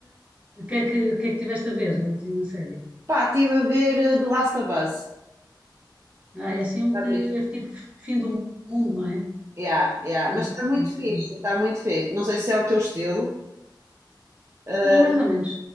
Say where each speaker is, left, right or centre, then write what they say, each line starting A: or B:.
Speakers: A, on the right; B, on the right.
A: O que é que, o que é que tiveste a ver, a última série?
B: Pá, estive a ver eh, The Last of Us.
A: Ah,
B: Não
A: é
B: sei
A: assim
B: se
A: um
B: já
A: que
B: viste.
A: é tipo fim do mundo, não é?
B: Yeah, yeah.
A: Não,
B: Mas está muito
A: é assim.
B: fixe,
A: um-
B: está muito fixe. Não sei se é o teu estilo, Ah,
A: É mais ou menos.